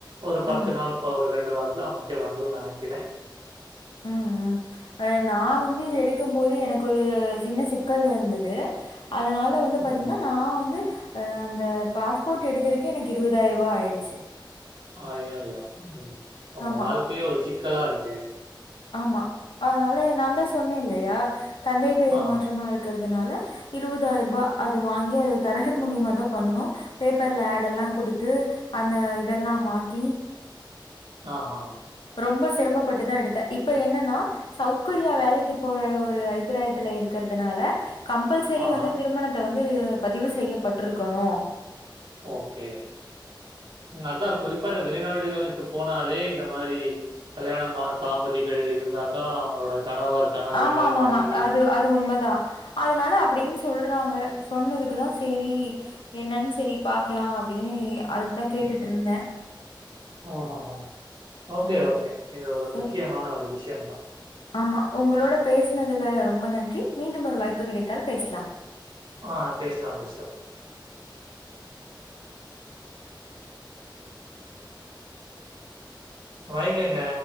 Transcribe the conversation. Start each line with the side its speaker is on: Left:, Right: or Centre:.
Right: ஒரு பத்து
Left: ம்
Right: நாள் இப்ப ஒரு ரெண்டு வாரத்துல அவங்களுக்கே வந்துருன்னு நெனக்கிறே
Left: ம் ம் அ நா வந்து எடுக்கும் போது எனக்கு ஒரு சின்ன சிக்கல் இருந்தது அதனா ல வந்து பாத்தீங்கன்னா
Right: ம்.
Left: நா வந்து அ அந்த பாஸ்போட் எடுக்கிறக்கே எனக்கு இருவதாயருவா ஆயிடுச்சு
Right: அய்யய்யோ ம் ஒங்க
Left: ஆமா,
Right: வாழ்க்கயே ஒரு சிக்கலா இருக்கே
Left: ஆமா அதனால நாந்தா சொன்னேல்லையா தந்தை பெயர்
Right: ஆஹா,
Left: மாற்றமா இருக்கிறதுனால இருவதாயருபா அது வாங்கி அது தரகர் மூலியமா தா பண்ணுனோ பேப்பர்ல ஆட் எல்லா குடுத்து அந்த இதெல்லா மாத்தி
Right: ஆ ஹ ஆ
Left: ரொம்ப சிரமப்பட்டுதா எடுத்தே இப்ப என்னன்னா சவுத் கொரியா வேலைக்கு போற ஒரு அபிப்பிராயத்துல இருக்கறதுனால கம்பல்சரி
Right: ஆஹா.
Left: வந்து திருமணத்த வந்து பதிவு செய்யப்பட்ருக்கணு
Right: ஓகே அதா குறிப்பா இந்த வெளிநாடுகளுக்கு போனாலே இந்த மாரி கல்யாணம் மான தாம்பதிகள் இருந்தாத்தா அவங்களோட கணவர் கணவ
Left: ஆமாமாமா.
Right: மனைவி
Left: அது அது உண்மதா அதனால அப்டின்னு சொல்றாங்க சொன்னதுக்குதா சேரி என்னன்னு செரி பாக்கலா அப்டின்னு அதுக்குதா கேட்டுட்டு இருந்தே
Right: ம் ஹூ ம் ஓகே
Left: ம்.
Right: ஓகே இது ஒரு முக்கியமான
Left: உ
Right: ஒரு விஷயந்தா
Left: ஆமா உங்ளோட பேசினதுல ரொம்ப நன்றி மீண்டும் ஒரு வாய்ப்பு கிடைத்தால் பேசலாம்
Right: ஆ பேசலாம் பேசலாம் வைங்கங்க